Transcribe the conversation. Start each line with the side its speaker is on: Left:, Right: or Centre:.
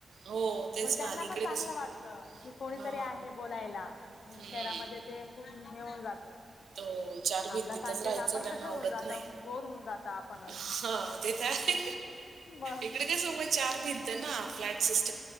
Right: हो तेच
Left: मग
Right: ना
Left: त्यांना
Right: आणि इकडे
Left: पण चांगलं
Right: कस
Left: वाटत की कोणीतरी
Right: हा
Left: आहे बोलायला
Right: हम्म
Left: शहरामध्ये ते खूप ऊन जात
Right: तो चार
Left: आपल्या
Right: भिंतीतच
Left: सारखे
Right: राहायचं
Left: आपण
Right: त्यांना
Left: कसे
Right: आवडत
Left: होऊन जात
Right: नाही
Left: बोर होऊन जात. आपणच
Right: हा ते तरय
Left: मग
Right: इकडे का सो चार भिंत ना <unintelligible>